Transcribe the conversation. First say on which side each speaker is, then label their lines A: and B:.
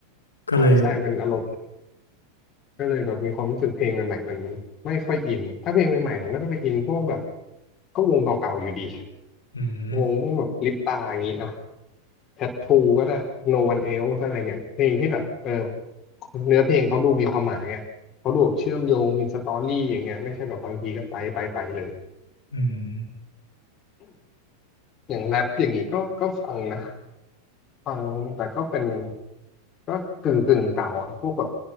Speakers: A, on the left; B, on the left.
A: ก็เลย
B: ใช่ใช่เป็นอารมณ์ก็เลยแบบมีความรู้สึกเพลงใหม่ๆมันไม่ค่อยอินถ้าเพลงใหม่ๆผมก็จะไปอินพวกแบบก็วงเก่าๆอยู่ดี
A: อืม
B: วงพวกแบบลิปตาอย่างนี้อ่ะแทททูก็ได้ No One Else อะไรเงี้ยเพลงที่แบบเออเนื้อเพลงเขาดูมีความหมายอ่ะเขาดูแบบเชื่อมโยงมีสตอรี่อย่างเงี้ยไม่ใช่แบบบางทีก็ไปไปไปเลย
A: อืม
B: อย่างแรปอย่างนี้ก็ก็ฟังนะฟังแต่ก็เป็นก็กึ่งกึ่งเก่าอะพวกแบบ